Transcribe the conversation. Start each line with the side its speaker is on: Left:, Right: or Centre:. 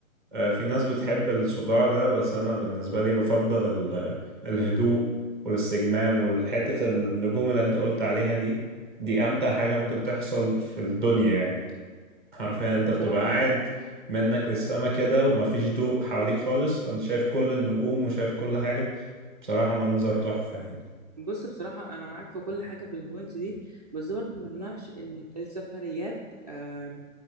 Centre: أه في ناس بتحب الصداع ده بس أنا بالنسبة لي بفضل ال- الهدوء والاستجمام والحتة النجوم اللي أنت قلت عليها دي دي أمتع حاجة ممكن تحصل في الدنيا يعني حرفيا انت
Right: بصراحة
Centre: بتبقى قاعد منك للسما كده ومفيش ضوء حواليك خالص فانت شايف كل النجوم وشايف كل حاجة بصراحة منظر تحفة يعني
Right: بص بصراحة أنا معاك في كل حاجة في البوينت دي بس ده برضو ما يمنعش إن السفريات آم،